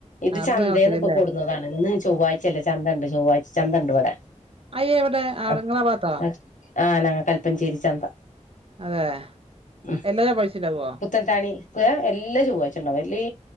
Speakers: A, on the left; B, on the right.
A: ഇത്
B: ആഹ് അത്
A: ചന്തേന്ന്
B: നീളത്തിലല്ലേ?
A: ഇപ്പൊ കൊണ്ടുവന്നാണ് ഇന്ന് ചൊവ്വാഴ്ചല്ല ചന്തണ്ട് ചൊവ്വാഴ്ച ചന്തണ്ട് വടെ
B: അയ്യേ എവിടെ അവിടെ
A: ആ
B: ഇങ്ങളെ ഭാഗത്തോ?
A: ആ ആണാ കൽപ്പഞ്ചേരി ചന്ത
B: അതെ
A: ഉം
B: എല്ലാ ചൊവ്വാഴ്ചണ്ടാവോ
A: പുത്തൻതാണി എല്ലാ ചൊ്ഴ്ച്ചണ്ടാവും എല്ലേ